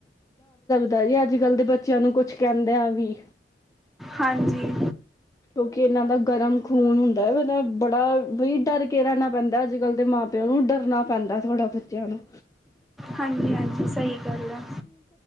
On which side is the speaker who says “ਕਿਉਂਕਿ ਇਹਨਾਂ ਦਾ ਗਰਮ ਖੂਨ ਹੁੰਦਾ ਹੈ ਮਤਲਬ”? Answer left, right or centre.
Left